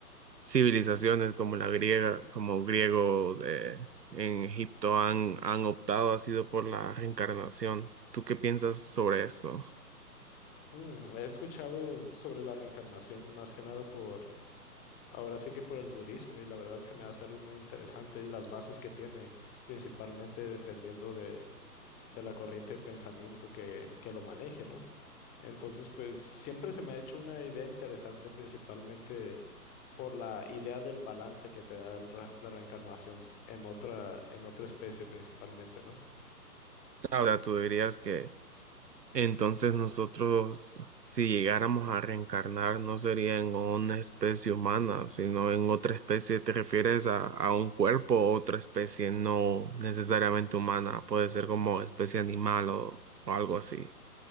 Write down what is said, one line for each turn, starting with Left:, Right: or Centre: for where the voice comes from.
Right: civilizaciones como la griega, como griego de, en Egipto han, han optado, ha sido por la reencarnación. ¿Tú qué piensas sobre esto?
Left: Mm, he escuchado sobre la reencarnación más que nada por, ahora sí que por el budismo y la verdad se me hace algo muy interesante y las bases que tiene, principalmente dependiendo de, de la corriente de pensamiento que, que lo maneje, ¿no? Entonces, pues siempre se me ha hecho una idea interesante, principalmente por la idea del balance que te da el re- la reencarnación en otra, en otra especie principalmente, ¿no?
Right: Ahora tú dirías que entonces nosotros, si llegáramos a reencarnar, no sería en una especie humana, sino en otra especie. ¿Te refieres a, a un cuerpo o otra especie no necesariamente humana? Puede ser como especie animal o o algo así.